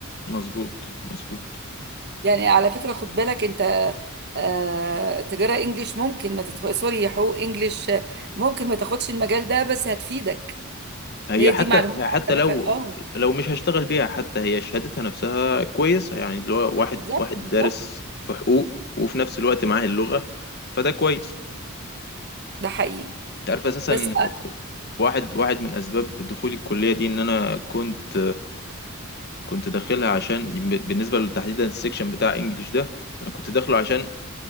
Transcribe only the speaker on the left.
مظبوط مظبوط
هي
حتى
حتى
لو
لو مش هشتغل بيها حتى هي شهادتها نفسها كويس يعني اللي هو واحد
واحد
دارس في حقوق وفي نفس الوقت معاه اللغه فده كويس
انت عارف اساسا
إن واحد واحد من اسباب دخولي الكليه دي ان انا كنت كنت داخلها عشان بالنسبه لتحديدا السكشن بتاع انجليش ده انا كنت داخله عشان